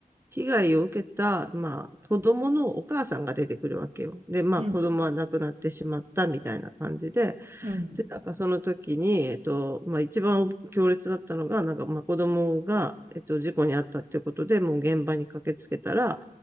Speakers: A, on the right (about 15°); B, on the right (about 40°).
A: 被害を受けた、まあ、子供のお母さんが出てくるわけよ。で、まあ、
B: うん。
A: 子供は亡くなってしまったみたいな感じで、
B: うん、
A: で、なんかその時に、えっと、まあ一番強烈だったのが、なんかまあ子供が、えっと、事故に遭ったってことで、もう現場に駆けつけたら、